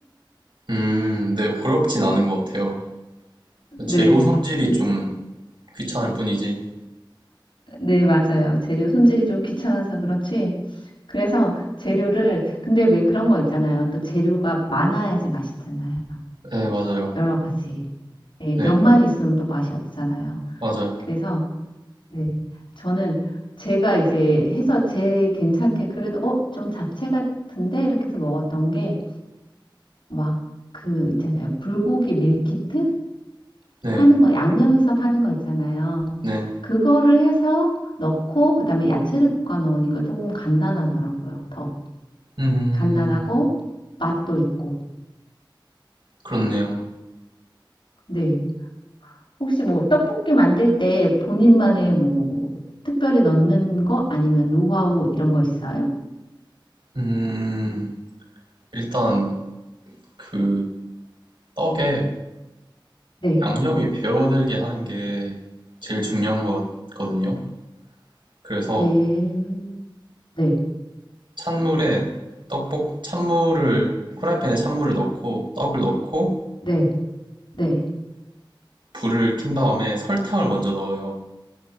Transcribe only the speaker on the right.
음, 네, 어렵진 않은 것 같아요.
재료 손질이
좀
귀찮을 뿐이지.
네, 맞아요.
네,
맞아요.
네,
네.
음,
그렇네요.
음, 일단 그 떡에
양념이 배어들게 하는 게 제일 중요한 것 같거든요. 그래서
찬물에 떡볶, 찬물을, 후라이팬에 찬물을 넣고 떡을 넣고
불을 킨 다음에 설탕을 먼저 넣어요.